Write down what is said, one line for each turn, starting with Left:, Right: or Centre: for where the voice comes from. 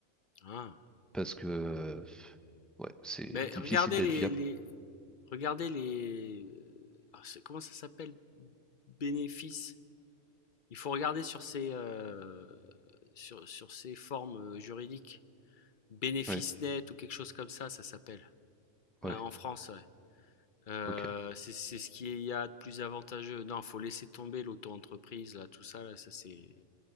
Left: Ah.
Centre: Parce que, euh, ouais, c'est
Left: Mais
Centre: difficile
Left: regardez
Centre: d'être
Left: les,
Centre: viable.
Left: les regardez les ah, c'est- comment ça s'appelle? Bénéfices. Il faut regarder sur ces euh, sur, sur ces formes euh, juridiques. Bénéfice
Centre: Ouais,
Left: net ou quelque chose comme ça, ça s'appelle. Ouais,
Centre: ouais,
Left: en France, ouais. Euh,
Centre: ok.
Left: c'est c'est ce qu'il y a de plus avantageux. Non, faut laisser tomber l'auto-entreprise, là, tout ça, là, ça c'est.